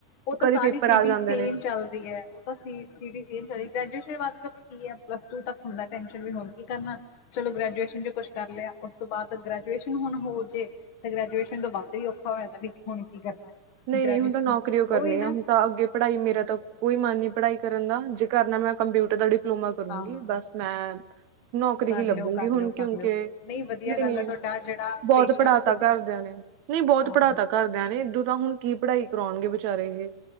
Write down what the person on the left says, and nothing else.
ਉਹ
ਤਾਂ ਸਾਰੀ
ਸਿਡੀ
ਸੇਮ
ਚੱਲਦੀ ਐ। ਉਹ ਤਾਂ ਸੀ ਸੀਡੀ ਸੇਮ ਚਲਦੀ ਗ੍ਰੈਜੂਏਸ਼ਨ ਵਾਸਤੇ ਪਤਾ ਕੀ ਆ ਪਲੱਸ ਟੂ ਤੱਕ ਹੁੰਦਾ ਟੈਂਸ਼ਨ ਵੀ ਹੁਣ ਕੀ ਕਰਨਾ। ਚਲੋ ਗ੍ਰੈਜੂਏਸ਼ਨ 'ਚ ਕੁਛ ਕਰ ਲਿਆ ਉਸ ਤੋਂ ਬਾਅਦ ਗ੍ਰੈਜੂਏਸ਼ਨ ਹੁਣ ਹੋ ਜੇ ਤੇ ਗ੍ਰੈਜੂਏਸ਼ਨ ਤੋਂ ਬਾਅਦ ਵੀ ਔਖਾ ਹੋ ਜਾਂਦਾ ਵੀ ਹੁਣ ਕੀ ਕਰਨਾ।
ਗ੍ਰੈਜੂਏਸ਼ਨ
ਉਹੀ ਨਾ
ਹਾਂ
ਕਰ
ਲਿਓ ਕਰ
ਲਿਓ
ਕਰ ਲਿਓ ਨਹੀਂ ਵਧੀਆ
ਗੱਲ ਹੈ ਤੁਹਾਡਾ ਜਿਹੜਾ
ਪੇਸ਼ਾ
ਨਾ ਤੁਸੀਂ
ਹਾਂ